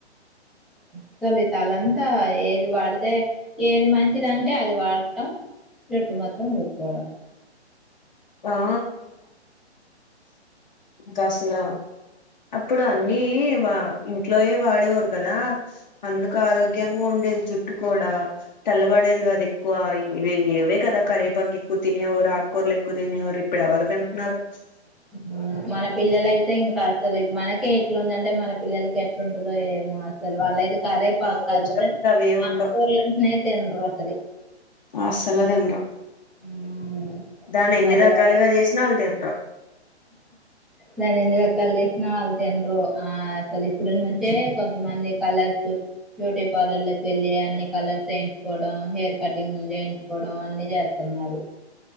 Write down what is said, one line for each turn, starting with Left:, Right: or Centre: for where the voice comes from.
Centre: అ అసలు తలంతా ఏది వాడితే ఏది మంచిది అంటే అది వాడటం జుట్టు మొత్తం ఓడిపోవడం
Left: వా కాసలా అప్పుడు అన్నీ వా ఇంట్లోయ వాడేవారు కదా అందుకు ఆరోగ్యంగా ఉండేది జుట్టు కూడా తెల్లబడేది కాది ఎక్కువ ఇవి ఏవే కదా కరివేపాకు ఎక్కువ తినేవారు ఆకుకూరలు ఎక్కువ తినేవారు ఇప్పుడు ఎవరు తింటున్నారు
Centre: ఉమ్ మన పిల్లల అయితే ఇంకా అసలు మనకి ఏట్లా ఉందంటే మన పిల్లలకి ఎట్లుంటందో ఏమో అసలు వాళ్లతే కరివేపాకు
Left: గాలికి వచ్చినప్పుడు అవి ఏం
Centre: <unintelligible> ఆకుకూరలే
Left: ఉండవు
Centre: తింట లేరు
Left: అసలు తినరు
Centre: మ్మ్
Left: దాన్ని ఎన్ని
Centre: మరి
Left: రకాలుగా చేసినా వాళ్ళు తినరు
Centre: దాన్ని ఎన్ని రకాలు చేసినా వాళ్ళు తినరు ఆ అసలు ఇప్పుటి నుంచే కొంతమంది కలొచ్చు బ్యూటీ పార్లర్ లోకి వెళ్ళి అన్ని కలర్స్ వేయించుకోవడం హెయిర్ కటింగ్ వేయించుకోవడం అన్ని చేస్తారు మరి